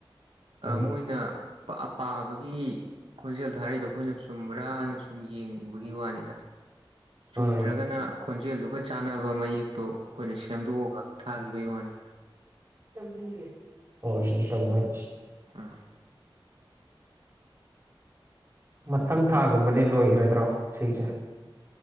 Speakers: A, on the right; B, on the right.
A: ꯎꯝ
B: ꯑ ꯃꯣꯏꯅ ꯄꯥ ꯄꯥꯕꯒꯤ ꯈꯣꯟꯖꯦꯜ ꯊꯥꯔꯛꯏꯗꯣ ꯑꯩꯈꯣꯏꯅ ꯆꯨꯝꯕ꯭ꯔꯥꯅ ꯁꯨꯝ ꯌꯦꯡꯕꯒꯤ ꯋꯥꯅꯤꯗ ꯆꯨꯝꯗ꯭ꯔꯒꯅ
A: ꯎꯝ
B: ꯈꯣꯟꯖꯦꯜꯗꯨꯒ ꯆꯥꯟꯅꯕ ꯃꯌꯦꯛꯇꯣ ꯑꯩꯈꯣꯏꯅ ꯁꯦꯝꯗꯣꯛꯑꯒ ꯊꯥꯒꯤꯕꯩ ꯋꯥꯅꯤꯗ
A: ꯇꯧꯕꯤꯒꯦ ꯑꯣ ꯑꯗꯨꯃꯥꯏ ꯇꯧꯕ ꯑꯣꯏꯔꯦ
B: ꯑ
A: ꯃꯊꯪ ꯊꯥꯒꯨꯝꯕꯗꯤ ꯂꯣꯏꯒ꯭ꯔꯗ꯭ꯔꯣ ꯁꯤꯁꯦ